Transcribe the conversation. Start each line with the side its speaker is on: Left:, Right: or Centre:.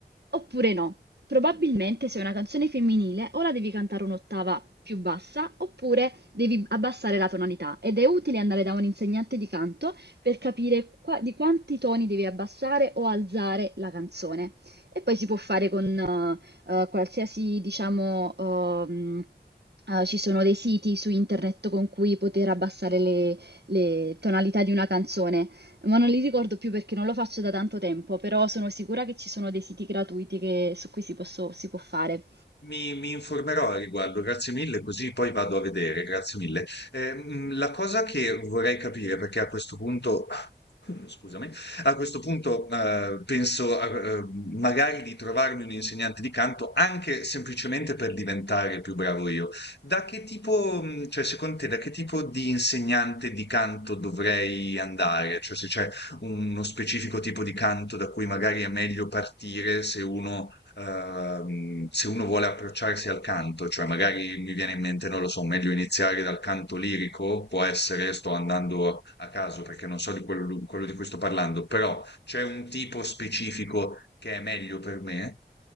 Right: oppure no. Probabilmente se è una canzone femminile o la devi cantare un'ottava più bassa oppure devi abbassare la tonalità ed è utile andare da un insegnante di canto per capire qua- di quanti toni devi abbassare o alzare la canzone. E poi si può fare con eh, eh, qualsiasi, diciamo, ehm, eh, ci sono dei siti su internet con cui poter abbassare le, le tonalità di una canzone, ma non li ricordo più perché non lo faccio da tanto tempo, però sono sicura che ci sono dei siti gratuiti che- su cui si posso- si può fare.
Left: Mi, mi informerò a riguardo, grazie mille, così poi vado a vedere, grazie mille. Eh, mm, la cosa che vorrei capire, perché a questo punto Mm, Scusami. A questo punto, eh, penso, a- eh, magari di trovarmi un insegnante di canto anche semplicemente per diventare più bravo io. Da che tipo, mh, cioè, secondo te, da che tipo di insegnante di canto dovrei andare? Cioè, se c'è uno specifico tipo di canto da cui magari è meglio partire se uno ehm, se uno vuole approcciarsi al canto, cioè magari mi viene in mente, non lo so, meglio iniziare dal canto lirico, può essere, sto andando a caso perché non so di quello, quello di cui sto parlando, però c'è un tipo specifico che è meglio per me